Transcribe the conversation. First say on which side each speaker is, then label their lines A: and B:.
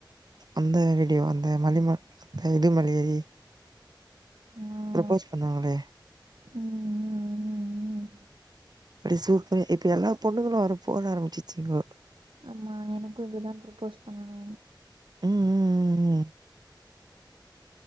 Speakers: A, on the right; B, on the right.
A: அந்த வீடியோ அந்த மலிம அந்த இதுமலி எரி
B: ம்
A: ப்ரப்போஸ் பண்ணுவாங்களே
B: ம் ம் ம்
A: அப்டி சூப்பர் இப்ப எல்லா பொண்ணுங்களு அத போட ஆரம்பிச்சிருச்சீங்கோ
B: ஆமா எனக்கு இப்படிதா ப்ரப்போஸ் பண்ணணு
A: ம் ம் ம் ம்